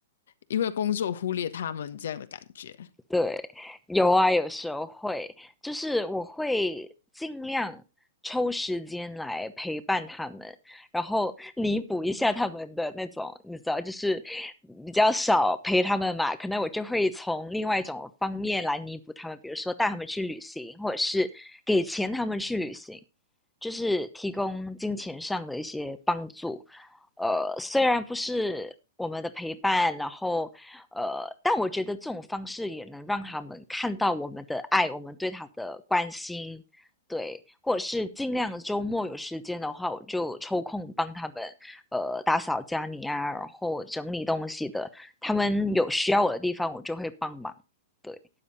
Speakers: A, on the left; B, in the centre.
A: 因为工作忽略他们这样的感觉？
B: 对，有啊，有时候会，就是我会尽量抽时间来陪伴他们，然后弥补一下他们的那种，你知道，就是比较少陪他们嘛，可能我就会从另外一种方面来弥补他们，比如说带他们去旅行，或者是给钱他们去旅行，就是提供金钱上的一些帮助。呃，虽然不是我们的陪伴，然后呃，但我觉得这种方式也能让他们看到我们的爱，我们对他的关心，对，或者是尽量周末有时间的话，我就抽空帮他们呃打扫家里啊，然后整理东西的，他们有需要我的地方，我就会帮忙，对。